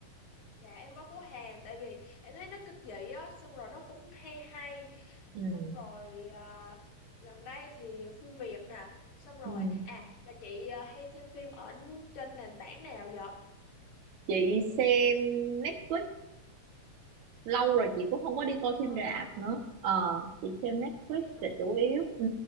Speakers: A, on the left (about 75°); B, on the right (about 75°).
A: dạ em có của Hàn tại vì em thấy nó kinh dị á xong rồi nó cũng hay hay
B: ừ
A: xong rồi à, gần đây thì phim Việt nè xong rồi
B: ừ
A: à mà chị à, hay xem phim ở trên nền tảng nào vậy
B: chị xem Netflix lâu rồi chị cũng không có đi coi
A: ờ
B: phim rạp nữa ờ chị xem Netflix
A: thế hả
B: là chủ yếu ừ